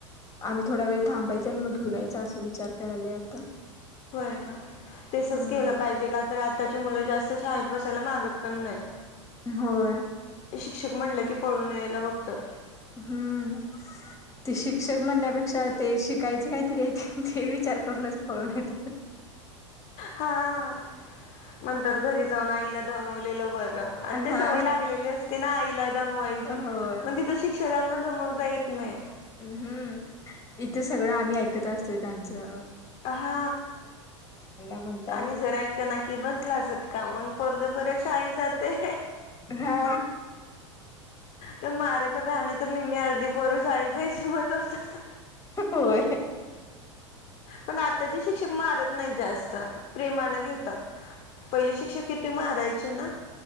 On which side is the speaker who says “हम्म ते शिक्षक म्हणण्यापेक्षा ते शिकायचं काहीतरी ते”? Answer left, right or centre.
Left